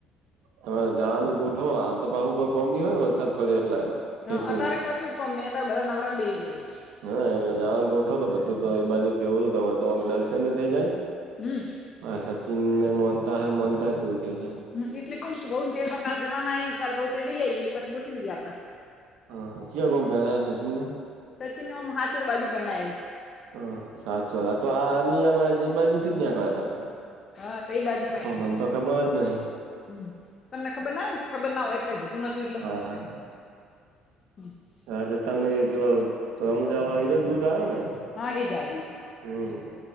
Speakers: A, on the right; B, on the left.
A: તમે જવાનું ગોઠો હાલ તો પાહુ કોઈ કોમ નહિ હોય ને વરસાદ પડ્યો એટલે ખેતીનું
B: હા અત્યારે કશું ગમે ને ત્યારે બધા નબરા બેઈ રયા ઈ
A: હા એટલે જવા ગોઠો તો બધું તો એ બાજુ કેવું હતું તમે તો દર્શન થઇ જાય.
B: હમ્મ.
A: હા સચિન ને મો હે મોનતાય પૂરું થઇ જાય.
B: હ એટલે કો બઉ ને ક જવાના ઈ કાલ બઉ તેડી આઈએ પછી ગોઠવી એ આપડા
A: હ હ ચિયા ગોમ પેનાયો સચિન ને
B: સચિન ઓમ હાથોર બાજુ પરણાયો
A: હ સાતસો તો આ એ મી બાજુથી જ નિકળ્યા હતા.
B: હા બે બાજુ
A: હ મન તો ખબર જ નહી.
B: હમ્મ તમને ખબર ના હોય ને ખબર ના હોય એટલે કીધું નતું એટલે
A: હા.
B: <inaudible>
A: રાજસ્થાનનો એ પેલો <unintelligible> આવ્યો ને.
B: હા એે જાય.
A: હમ.